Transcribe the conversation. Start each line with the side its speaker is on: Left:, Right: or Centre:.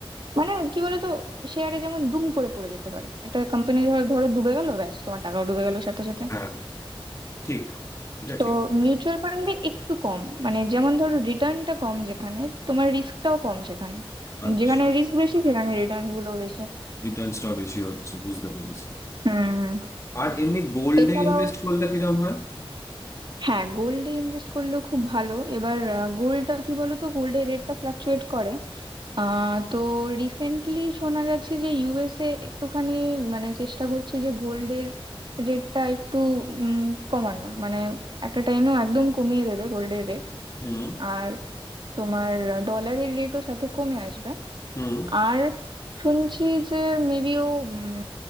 Right: মানে কি বলতো শেয়ারে যেমন দুম করে পড়ে যেতে পারে একটা কোম্পানি ধরো ধরো ডুবে গেল ব্যাস তোমার টাকাও ডুবে গেল সাথে সাথে
Left: হ্যাঁ ঠিক এটা
Right: তো
Left: ঠিক
Right: মিউচুয়াল ফান্ডে একটু কম মানে যেমন ধরো রিটার্নটা কম যেখানে তোমার রিস্কটাও কম সেখানে
Left: আচ্ছা
Right: যেখানে রিস্ক বেশি সেখানে রিটার্নস গুলো বেশি
Left: রিটার্নসটা বেশি হচ্ছে বুঝতে পেরেছি
Right: হুম
Left: আর এমনি গোল্ডে
Right: এছাড়াও
Left: ইনভেস্ট করলে কিরকম হয়
Right: হ্যাঁ গোল্ডে ইনভেস্ট করলেও খুব ভালো এবার গোল্ডটা কি বলতো গোল্ডের রেটটা ফ্লাকচুয়েট করে আহ তো রিসেন্টলি শোনা গেছে যে ইউএসএ একটুখানি মানে চেষ্টা করছে যে গোল্ডের রেটটা একটু উম, কমানোর মানে একটা টাইমেও একদম কমিয়ে দেবে গোল্ডের রেট
Left: হুম
Right: আর তোমার ডলারের রেটও সাথে কমে আসবে
Left: হুম
Right: আর শুনছি যে মেবি ও উম,